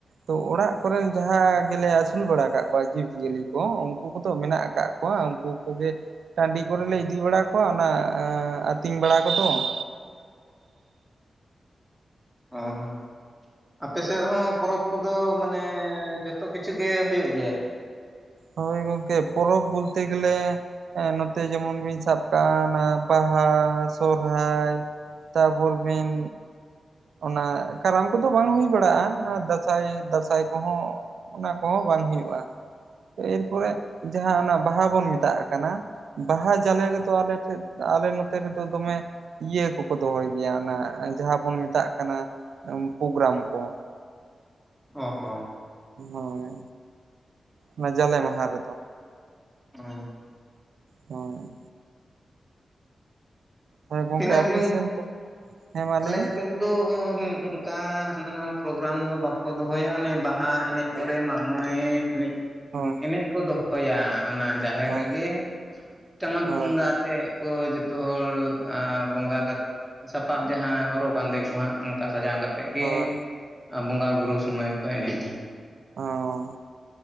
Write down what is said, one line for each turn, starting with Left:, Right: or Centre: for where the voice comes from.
Right: ᱛᱚ ᱚᱲᱟᱜ ᱠᱚᱨᱮᱱ ᱡᱟᱦᱟᱸ ᱜᱮᱞᱮ ᱟᱹᱥᱩᱞ ᱵᱟᱲᱟ ᱟᱠᱟᱜ ᱠᱚᱣᱟ ᱡᱤᱵ ᱡᱤᱭᱟᱹᱞᱤ ᱠᱚ ᱩᱱᱠᱩ ᱠᱚᱫᱚ ᱢᱮᱱᱟᱜ ᱟᱠᱟᱫ ᱠᱚᱣᱟ ᱩᱱᱠᱩ ᱠᱚᱜᱮ ᱴᱟᱹᱰᱤ ᱠᱚᱨᱮᱞᱮ ᱤᱫᱤ ᱵᱟᱲᱟ ᱠᱚᱣᱟ ᱚᱱᱟ ᱟᱸ ᱟᱹᱛᱤᱧ ᱵᱟᱲᱟ ᱠᱚᱫᱚ᱾
Centre: ᱚᱸ ᱟᱯᱮ ᱥᱮᱫ ᱦᱚᱸ ᱯᱚᱨᱚᱵᱽ ᱠᱚᱫᱚ ᱢᱟᱱᱮ ᱡᱷᱚᱛᱚ ᱠᱤᱪᱷᱩᱜᱮ ᱦᱩᱭᱩᱜ ᱜᱮᱭᱟ?
Right: ᱦᱳᱭ ᱜᱚᱝᱠᱮ ᱯᱚᱨᱚᱵ ᱵᱚᱞᱛᱮ ᱜᱮᱞᱮ ᱦᱮᱸ ᱱᱚᱛᱮ ᱡᱮᱢᱚᱱ ᱵᱤᱱ ᱥᱟᱵ ᱠᱟᱜᱼᱟ ᱵᱟᱦᱟ, ᱥᱚᱨᱦᱟᱭ ᱛᱟᱯᱚᱨ ᱵᱤᱱ ᱚᱱᱟ ᱠᱟᱨᱟᱢ ᱠᱚᱫᱚ ᱵᱟᱝ ᱦᱩᱭ ᱵᱟᱲᱟᱜᱼᱟ, ᱫᱟᱸᱥᱟᱭ ᱫᱟᱸᱥᱟᱭ ᱠᱚᱦᱚᱸ ᱚᱱᱟ ᱠᱚᱦᱚᱸ ᱵᱟᱝ ᱦᱩᱭᱩᱜᱼᱟ, ᱮᱨᱯᱚᱨᱮ ᱡᱟᱦᱟᱸ ᱚᱱᱟ ᱵᱟᱦᱟ ᱵᱚᱱ ᱢᱮᱛᱟᱜ ᱠᱟᱱᱟ, ᱵᱟᱦᱟ ᱡᱟᱞᱮ ᱨᱮᱫᱚ ᱟᱞᱮ ᱴᱷᱮᱡ ᱟᱞᱮ ᱱᱚᱛᱮ ᱨᱮᱫᱚ ᱫᱚᱢᱮ ᱤᱭᱟᱹ ᱠᱚᱠᱚ ᱫᱚᱦᱚᱭ ᱜᱮᱭᱟ ᱚᱱᱟ ᱡᱟᱦᱟᱸ ᱵᱚᱱ ᱢᱮᱛᱟᱜ ᱠᱟᱱᱟ ᱯᱳᱜᱨᱟᱢ ᱠᱚ᱾
Centre: ᱚ ᱦᱚᱸ᱾
Right: ᱦᱳᱭ ᱚᱱᱟ ᱡᱟᱞᱮ ᱢᱟᱦᱟ ᱨᱮᱫᱚ᱾
Centre: <inaudible>
Right: ᱦᱩᱸ᱾ ᱦᱳᱭ ᱜᱚᱢᱠᱮ
Centre: ᱛᱤᱱᱟᱹᱜ
Right: ᱟᱯᱮ
Centre: ᱫᱤᱱ
Right: ᱥᱮᱱ ᱫᱚ, ᱦᱮᱸ ᱢᱟ
Centre: ᱟᱞᱮ
Right: ᱞᱟᱹᱭ ᱵᱤᱱ᱾
Centre: ᱥᱮᱫ ᱫᱚ ᱚᱝᱠᱟ ᱦᱟᱱᱟ ᱱᱟᱶᱟ ᱯᱨᱳᱜᱨᱟᱢ ᱫᱚ ᱵᱟᱠᱚ ᱫᱚᱦᱚᱭᱟ ᱚᱱᱮ ᱵᱟᱦᱟ ᱮᱱᱮᱡ
Right: ᱦᱳᱭ
Centre: ᱠᱚᱨᱮ ᱢᱟᱜ ᱢᱚᱬᱮ ᱮᱱᱮᱡ
Right: ᱦᱳᱭ
Centre: ᱮᱱᱮᱡ ᱠᱚ ᱫᱚᱦᱚᱭᱟ ᱚᱱᱟ ᱡᱟᱦᱮᱨ
Right: ᱦᱳᱭ
Centre: ᱨᱮᱜᱮ ᱴᱟᱢᱟᱠ
Right: ᱦᱳᱭ
Centre: ᱛᱩᱢᱫᱟᱜ ᱟᱛᱮᱜ ᱠᱚ ᱡᱚᱛᱚ ᱦᱚᱲ ᱟ ᱵᱚᱸᱜᱟ ᱠᱟᱛᱮ ᱥᱟᱯᱟᱵ ᱡᱟᱦᱟᱸ ᱦᱚᱨᱚᱜ ᱵᱟᱸᱫᱮ ᱠᱚ ᱦᱟᱸᱜ ᱚᱱᱠᱟ ᱥᱟᱡᱟᱣ ᱠᱟᱛᱮᱫ ᱜᱮ
Right: ᱦᱳᱭ
Centre: ᱟᱸ ᱵᱚᱸᱜᱟ ᱵᱩᱨᱩ ᱥᱚᱢᱚᱭ ᱜᱮᱠᱚ ᱮᱱᱮᱡᱼᱟ᱾
Right: ᱚ᱾